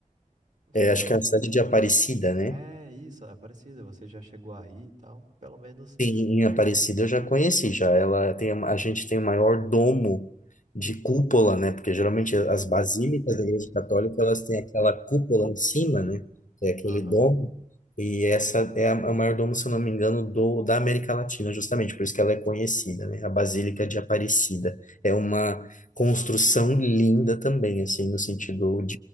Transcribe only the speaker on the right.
Você
já
é isso, Aparecida, você já chegou aí e tal, pelo menos.
Aham.